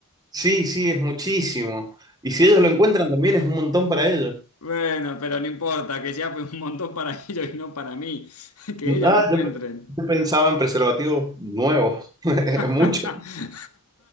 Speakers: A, on the right; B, on the left.
A: Sí, sí, es muchísimo. Y si ellos lo encuentran también es un montón para ellos.
B: Bueno, pero no importa, que sea un montón para <laughs> ellos y no para mí. <laughs> Que ellos
A: Ah,
B: lo encuentren.
A: yo, pe- yo pensaba en preservativos nuevos. <laughs> Es
B: <laughs>
A: mucho.